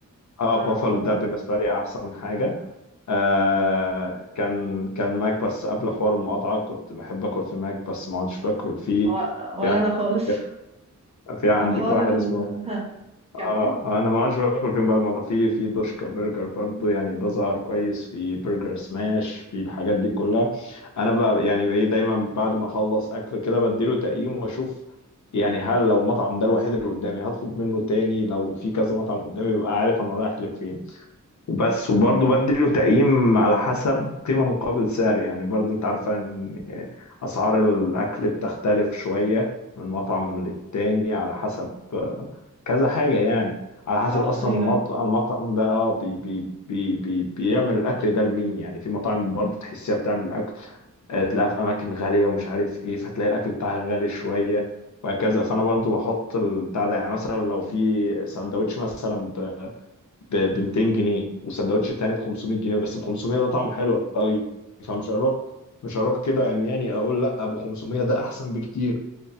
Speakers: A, on the left; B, on the right.
A: اه
B: اعرف
A: بافالو
B: بافالو
A: ده بالنسبه لي احسن حاجه آه كان كان ماك بس قبل حوار المقاطعه كنت بحب اكل في ماك بس ما عدتش باكل فيه
B: و...
A: في
B: ولا
A: عندك
B: انا خالص
A: في عندك
B: حوار
A: واحد
B: ال
A: اسمه
B: ها كمل
A: آه آه، انا ما عدتش باكل فيهم بقى المقاطعه في في دوشكا برجر برضو يعني ده ظهر كويس في برجر سماش في الحاجات دي كلها انا بقى يعني ايه دايما بعد ما اخلص اكل كده بديله تقييم واشوف يعني هل لو المطعم ده الوحيد اللي قدامي هطلب منه تاني لو في كذا مطعم قدامي ببقى عارف انا رايح لفين وبس وبرضه بديله تقييم على حسب قيمة مقابل سعر يعني برضه انت عارفة ان اسعار الاكل بتختلف شوية من مطعم للتاني على حسب كذا حاجة يعني على حسب
B: صح
A: اصلا
B: ايوه
A: المطعم
B: أيوة.
A: المطعم ده اه بي بي بي بي بيعمل الاكل ده لمين يعني في مطاعم برضه تحسيها بتعمل اكل آه، تلاقيها في اماكن غالية ومش عارف ايه فتلاقي الاكل بتاعها غالي شوية وهكذا فانا برضه بحط البتاع ده يعني مثلا لو في سندوتش مثلا ب 200 جنيه وسندوتش تاني ب 500 جنيه بس ب 500 ده طعمه حلو قوي فمش هروح مش هروح كده عمياني اقول لا ابو 500 ده احسن بكتير